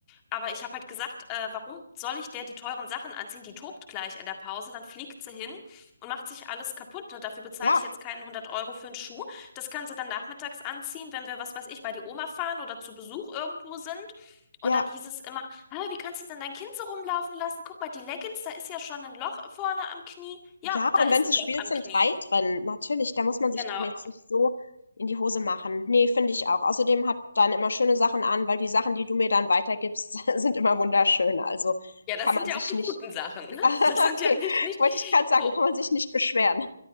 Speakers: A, on the left (about 20°); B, on the left (about 70°).
A: Aber ich habe halt gesagt, äh, warum soll ich der die teuren Sachen anziehen? Die tobt gleich in der Pause, dann fliegt sie hin und macht sich alles kaputt. Ne? Dafür bezahle
B: Ja,
A: ich jetzt keinen hundert Euro für einen Schuh. Das kann sie dann nachmittags anziehen, wenn wir, was weiß ich, bei die Oma fahren oder zu Besuch irgendwo sind. Und
B: ja.
A: dann hieß es immer, aber wie kannst du denn dein Kind so rumlaufen lassen? Guck mal, die Leggings, da ist ja schon ein Loch vorne am Knie. Ja,
B: Ja,
A: da
B: und
A: ist
B: wenn sie
A: ein
B: spielt,
A: Loch am
B: sind
A: Knie.
B: 3 drin. Natürlich, da muss man sich
A: Genau.
B: doch jetzt nicht so in die Hose machen. Ne, finde ich auch. Außerdem hat dann immer schöne Sachen an, weil die Sachen, die du mir dann weitergibst, <laughs> sind immer wunderschön. Also
A: Ja, das
B: kann
A: sind
B: man
A: ja
B: sich
A: auch die
B: nicht
A: guten Sachen,
B: <laughs>
A: ne?
B: Ah,
A: Das sind
B: okay,
A: ja nicht, nicht,
B: wollte ich gerade sagen,
A: wo,
B: kann man sich nicht beschweren.